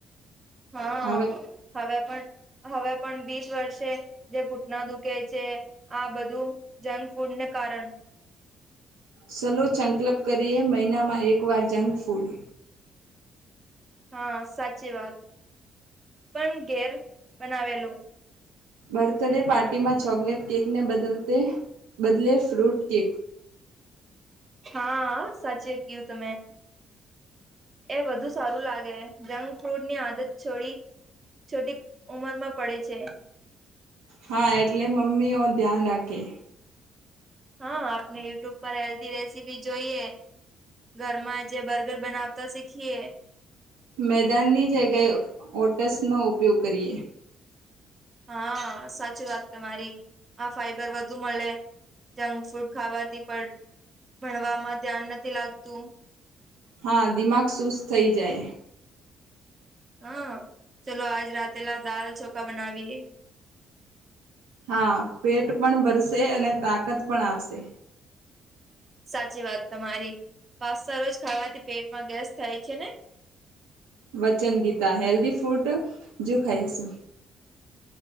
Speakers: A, on the right; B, on the right.
A: હા
B: હવે
A: હવે પણ હવે પણ વીસ વર્ષે. જે ઘૂટના દુખે છે આ બધું જંક ફૂડને કારણ.
B: સલો સંકલપ કરીએ મહિનામાં એકવાર જંક ફૂડ.
A: હા સાચી વાત પણ ઘેર બનાવેલું.
B: બર્થડે પાર્ટી માં ચોકલેટ કેકને બદલ બદલે ફ્રૂટ કેક.
A: હા સાચી કું તમે એ વધુ. સારું લાગે જંક ફ્રૂટ ની આદત છોડી છોટી ઉંમર માં પડે છે.
B: હા એટલે મમ્મી ઓ ધ્યાન રાખે.
A: હા આપણે યુટ્યુબ પર હેલ્ધી રેસીપી જોઈએ. ઘરમાં જે બર્ગર બનાવતા શીખીએ.
B: મેદાનની જગ્યાએ ઓટસનો ઉપયોગ કરીએ.
A: હા સાચી વાત તમારી આ ફાઈબર વધુ મળે. જંક ફૂડ ખાવાથી પણ ભણવામાં ધ્યાન નથી લાગતું.
B: હા દિમાગ સુસ્ત થઈ જાય.
A: હા ચલો આજ રાતેલા દાલ ચોખા બનાવીએ.
B: હા પેટ પણ ભરસે અને તાકાત પણ આવશે.
A: સાચી વાત તમારી પાસ્સા રોજ ખાવાથી પેટમાં ગેસ થાય છે ને.
B: વચન ગીતા હેલ્ધી ફૂડ જો ખાઈશ.